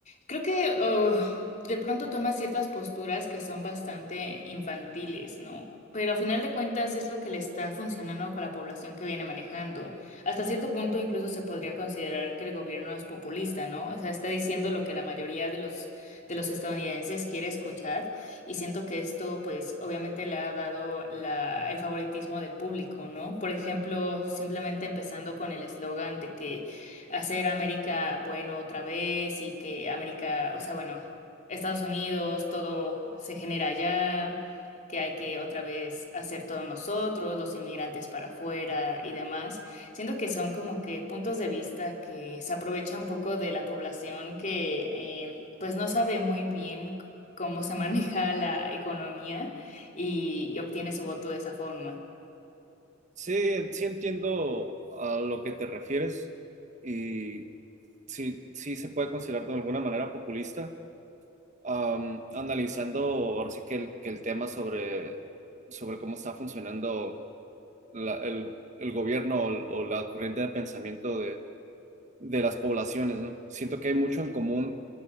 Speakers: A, on the left (about 40°); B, on the right (about 40°).
A: creo que oh, de pronto toma ciertas posturas que son bastante infantiles, ¿no? Pero a final de cuentas es lo que le está funcionando con la población que viene manejando. Hasta cierto punto incluso se podría considerar que el gobierno es populista, ¿no? O sea, está diciendo lo que la mayoría de los, de los estadounidenses quiere escuchar y siento que esto pues obviamente le ha dado la- el favoritismo del público, ¿no? Por ejemplo, simplemente empezando con el eslogan de que hacer América bueno otra vez y que América, o sea, bueno, Estados Unidos, todo se genera allá, que hay que otra vez hacer todos nosotros, los inmigrantes para afuera y demás. Siento que son como que puntos de vista que se aprovecha un poco de la población que eh, pues no sabe muy bien cómo se maneja la economía y, y obtiene su voto de esa forma.
B: Sí, sí entiendo a lo que te refieres y sí, sí se puede considerar de alguna manera populista, Am, analizando ahora sí que el, que el tema sobre, sobre cómo está funcionando la- el, el gobierno o, o la corriente de pensamiento de, de las poblaciones, ¿no? Siento que hay mucho en común